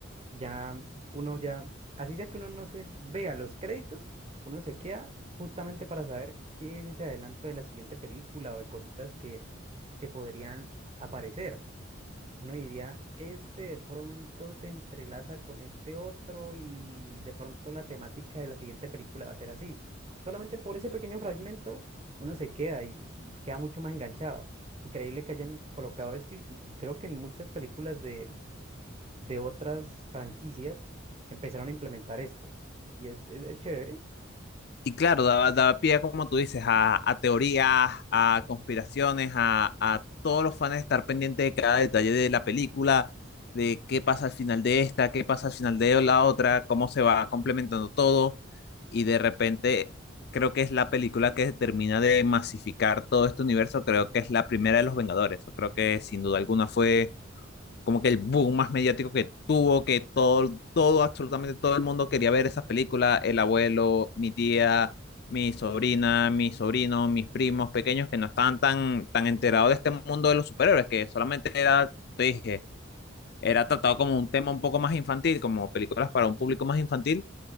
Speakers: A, on the right (about 30°); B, on the left (about 50°).
A: Ya uno ya, así sea que uno no se vea los créditos, uno se queda justamente para saber qué es ese adelanto de la siguiente película o de cositas que, que podrían aparecer. Uno diría, este de pronto se entrelaza con este otro y de pronto la temática de la siguiente película va a ser así. Solamente por ese pequeño fragmento uno se queda y, y queda mucho más enganchado. Increíble que hayan colocado esto y, y- y creo que en muchas películas de, de otras franquicias empezaron a implementar esto. Y es, es chévere,
B: Y claro, daba, daba pie, como tú dices, a, a teorías, a conspiraciones, a, a todos los fans estar pendientes de cada detalle de la película, de qué pasa al final de esta, qué pasa al final de la otra, cómo se va complementando todo. Y de repente, creo que es la película que termina de masificar todo este universo. Creo que es la primera de los Vengadores. Creo que sin duda alguna fue como que el boom más mediático que tuvo, que todo, todo, absolutamente todo el mundo quería ver esas películas, el abuelo, mi tía, mi sobrina, mis sobrinos, mis primos pequeños que no estaban tan, tan enterados de este mundo de los superhéroes, que solamente era, te dije, era tratado como un tema un poco más infantil, como películas para un público más infantil,